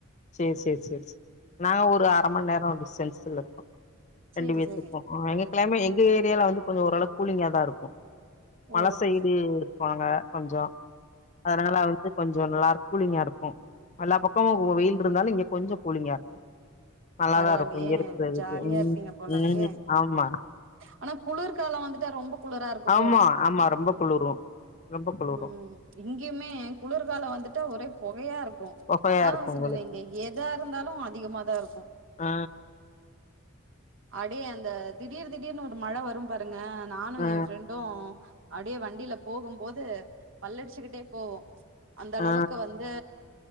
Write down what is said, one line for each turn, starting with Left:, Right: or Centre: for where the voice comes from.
Left: சர் சர் சர் சர் நாங்க ஒரு அர மணி நேர டிஸ்டன்ஸ்ல இருக்கோ ரெண்டு
Right: சேரி
Left: பேத்துக்கு
Right: சேரி
Left: எங்கக்கெல்லாமே எங்க ஏரியால வந்து கொஞ்சோ ஓரளவு கூலிங்காதா இருக்கு மல
Right: ஓகே
Left: சைடு வாங்க கொஞ்சோ அதனால வந்து கொஞ்சோ நல்லா கூலிங்கா இருக்கு எல்லா பக்கமு வெயில் இருந்தாலு இங்க கொஞ்சோ கூலிங்கா இருக்கு நல்லாதா
Right: பரவாயில்லையே
Left: இருக்கு இங்க இருக்குறதுக்கு
Right: ஜாலியா
Left: ம்
Right: இருப்பீங்க போல
Left: ம்
Right: இருக்கே
Left: ஆமா
Right: ஆனா குளிர்காலம் வந்துட்டா ரொம்ப குளிரா இருக்குமோ
Left: ஆமா ஆமா ரொம்ப குளுரு ரொம்ப குளுரு
Right: ம் இங்கேயுமே குளிர்கால வந்துட்டா ஒரே பொகயா இருக்கு
Left: கொகையா
Right: அதான்
Left: இருக்கு
Right: நா சொன்னனே
Left: உங்களுக்கு
Right: இங்க எதா இருந்தாலு அதிகமாதா இருக்கு
Left: ஆ
Right: அடே அந்த திடீர் திடீர்னு ஒரு மழை வரும் பாருங்க நானும்
Left: ஆ
Right: என் ஃப்ரெண்டு அப்படியே வண்டில போகும்போது பல்லடிச்சுக்கிட்டே போவோ அந்த அளவுக்கு
Left: ஆ
Right: வந்து